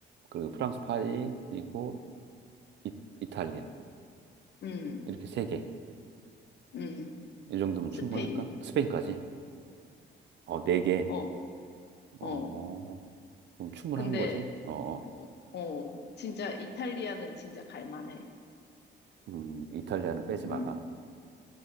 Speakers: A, on the right; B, on the left.
A: 그리고 프랑스 파리, 그리고 이, 이탈리아.
B: 음,
A: 이렇게 세 개.
B: 음.
A: 이 정도면
B: 스페인.
A: 충분할까? 스페인까지? 어, 네 개.
B: 어,
A: 어,
B: 어.
A: 그럼 충분한
B: 근데,
A: 거지? 어, 어.
B: 어, 어, 진짜 이탈리아는 진짜 갈만해.
A: 음, 이탈리아는 빼지
B: 음.
A: 마라.